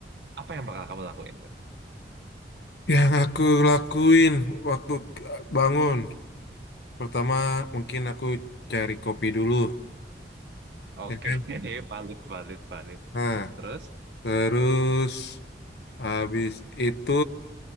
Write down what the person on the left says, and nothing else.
Yang aku lakuin waktu bangun, pertama mungkin aku cari kopi dulu,
ya kan?
Nah,
terus habis itu